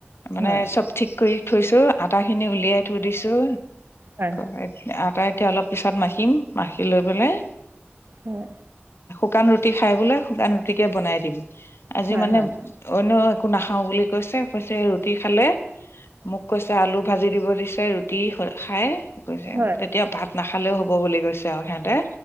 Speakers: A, on the left; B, on the right.
A: মানে
B: হয়
A: চব ঠিক কৰি থৈছো, আটা খিনি উলিয়াই থৈ দিছো।
B: হয়',।
A: হয়', আটা এতিয়া অলপ পিছত মাখিম, মাখি লৈ পেলাই
B: হয়
A: শুকান ৰুটি খাই বোলে, শুকান ৰুটিকে বনাই দিম আজি
B: হয়
A: মানে
B: হয়
A: অন্য একো নাখাওঁ বুলি কৈছে, কৈছে ৰুটি খালে মোক কৈছে আলু ভাজি দিব দিছে ৰুটি খাই গৈছে
B: হয় হয়
A: তেতিয়া ভাত নাখালেওঁ হ'ব বুলি কৈছে আৰু সিহঁতে।